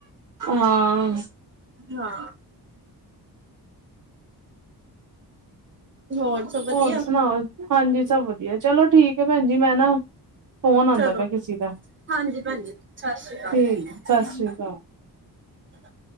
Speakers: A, on the right; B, on the right.
A: ਹਾਂ।
B: ਹਾਂ। ਹੋਰ ਸਭ ਵਧੀਆ
A: ਹੋਰ ਸੁਣਾਓ ਹਾਂਜੀ ਸਭ ਵਧੀਆ ਚਲੋ ਠੀਕ ਐ ਪੈਣ ਜੀ ਮੈਂ ਨਾ ਫੋਨ ਆਉਂਦਾ
B: ਚਲੋ
A: ਪਿਆ ਕਿਸੇ ਦਾ
B: ਹਾਂਜੀ ਪੈਣ ਜੀ ਸਾਸ ਸ੍ਰੀ ਕਾਲ।
A: ਠੀਕ ਸਤਿ ਸ੍ਰੀ ਅਕਾਲ
B: <inaudible>